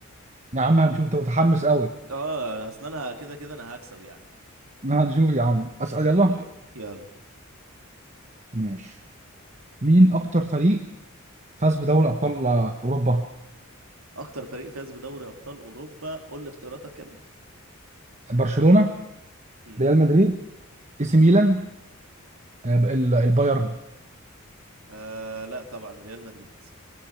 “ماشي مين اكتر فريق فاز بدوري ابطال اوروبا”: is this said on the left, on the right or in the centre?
Right